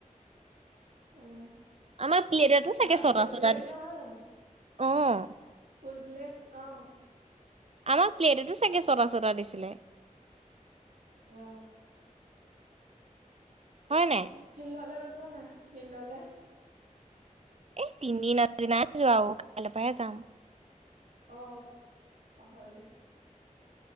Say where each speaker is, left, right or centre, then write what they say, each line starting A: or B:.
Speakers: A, on the right; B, on the right.
A: উম
B: আমাৰ প্লেটটো চাগে
A: আহা
B: ছটা
A: ফুলপিৰিয়ড
B: ছটা দিছিলে?
A: নহয় জানো
B: অ'।
A: ফুল প্লেট, অ'।
B: আমাক প্লেটটো চাগে ছটা ছটা দিছিলে?
A: অ'।
B: হয় নাই?
A: ফিল্ডলে গৈছ না, ফিল্ডলে?
B: এই তিনিদিন দিনাই যোৱাও কাইলে পাহে যাম।
A: অ', পাহৰিলে?